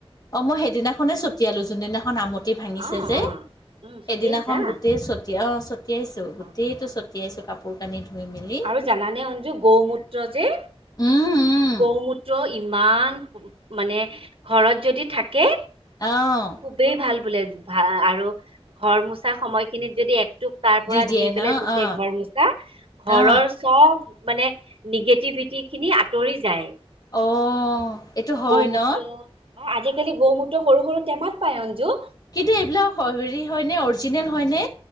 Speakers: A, on the left; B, on the right.
A: অ', মই সেইদিনাখনেই ছটিয়ালোঁ। যোন দিনাখন আমঠি ভাঙিছে
B: অ',
A: যে।
B: অ', উম, ছটিয়াইছা?
A: এদিনাখন গোটেই ছটিয়াই অ ছটিয়াইছো, গোটেইটো
B: অ'।
A: ছটিয়াইছো কাপোৰ কানি ধুই মেলি।
B: আৰু জানানে অঞ্জু গৌমূত্ৰ যে
A: উম উম
B: গৌমূত্ৰ ইমান, মানে ঘৰত যদি থাকে
A: অ
B: খুবেই ভাল বোলে। ভা, আ, আ আৰু ঘৰ মোচা সময়খিনিত যদি এক তাৰ পৰা
A: দিয়ে
B: দি পেলাই
A: ন
B: গোটেই
A: অ
B: ঘৰ মুচা, ঘৰৰ
A: অ
B: চব মানে নিগেটিভিট যি খিনি আঁতৰি যায়।
A: অ এইটো হয়
B: গৌমূত্ৰ
A: ন
B: অ আজি কালি গৌমূত্ৰ সৰু, সৰু টেমাত পায় অঞ্জু।
A: কিন্তু এইবিলাক হৰি হয়নে অৰজিনেল হয়নে।